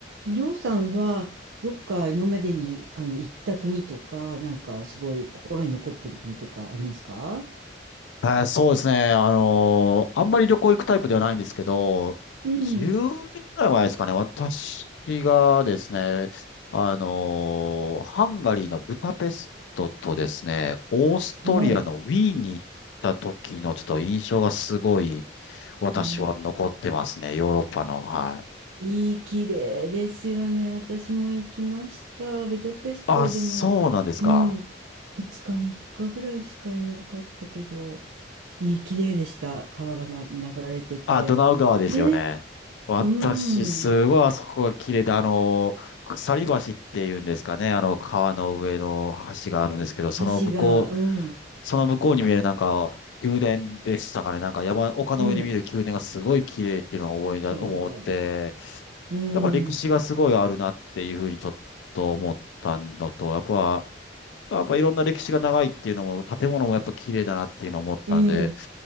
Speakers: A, on the right; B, on the left.
A: りょうさんは、どっか今までにあの行った国とか、なんかすごい心に残ってる国とかありますか
B: はい、そうですね。あのーあんまり旅行行くタイプではないんですけど、
A: うん。
B: 10年ぐらい前ですかね、私がですね、あのーハンガリーのブダペストとですね、オーストリアのウィーンに行った時のちょっと印象がすごい、
A: はい。
B: 私は残ってますね、
A: ああ、
B: ヨーロッパの。はい。
A: いい、綺麗ですよね。私も行きました。ブダペストはでも、
B: あ、そうなんですか。
A: うん、2日3日ぐらいしかいなかったけど、いい、綺麗でした。川が、ま、流れてて。
B: あ、ドナウ川ですよね。
A: ね、
B: 私、
A: う
B: すごいあそこが綺麗で、
A: ん、
B: あの、鎖橋っていうんですかね、あの、川の上の橋があるんですけど、その向こう、
A: 橋が、うん、
B: その向こうに見えるなんか、宮殿でしたかね、なんか山、丘の上に見える宮殿がすごい綺麗っていうのを思いだ、
A: うん、綺麗。
B: 思って、
A: うん、
B: やっぱ歴史がすごいあるなっていうふうにちょっと思ったのと、やっぱ、やっぱいろんな歴史が長いっていうのも、建物もやっぱ綺麗だなっていうのを思ったんで、
A: うん、